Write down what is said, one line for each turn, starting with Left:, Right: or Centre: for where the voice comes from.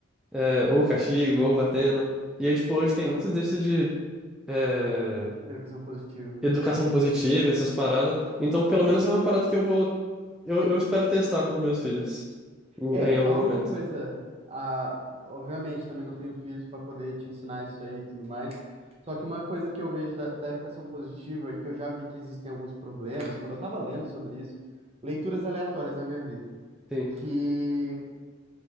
Centre: é, ou castigo, ou batendo. E aí, tipo, hoje
Right: Essa
Centre: tem muito disso de é,
Right: educação positiva.
Centre: educação positiva, essas paradas. Então, pelo menos é uma parada que eu vou, eu, eu espero testar com os meus filhos em,
Right: É,
Centre: em algum
Right: a
Centre: momento.
Right: única coisa, a, obviamente também não tenho filhos para poder te ensinar isso aí e tudo mais. Só que uma coisa que eu vejo da, da educação positiva e que eu já vi que existem alguns problemas, quando eu estava lendo sobre isso, leituras aleatórias na minha vida,
Centre: Sim.
Right: que